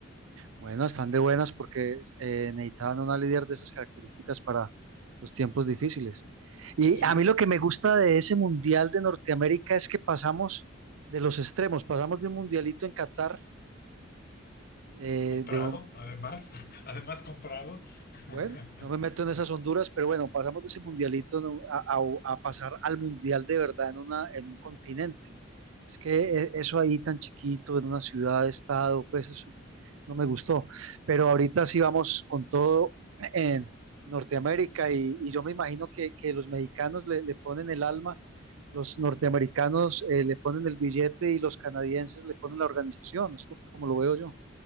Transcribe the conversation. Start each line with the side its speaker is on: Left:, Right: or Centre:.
Right: Bueno, están de buenas porque eh, necesitaban una líder de esas características para los tiempos difíciles. Y
Left: Sí,
Right: a mí lo que me gusta de ese Mundial de Norteamérica es que pasamos de los extremos, pasamos de un mundialito en Qatar, eh,
Left: Comprado,
Right: de, un-
Left: además, <laughs> además comprado. <laughs>
Right: Bueno, no me meto en esas honduras, pero bueno, pasamos de ese mundialito ¿no? a, a- a pasar al mundial de verdad en una, en un continente. Es que eh, eso ahí tan chiquito, en una ciudad, estado, pues eso no me gustó. Pero ahorita sí vamos con todo en Norteamérica y, y yo me imagino que, que los mexicanos le, le ponen el alma, los norteamericanos eh, le ponen el billete y los canadienses le ponen la organización, es lo que- como lo veo yo.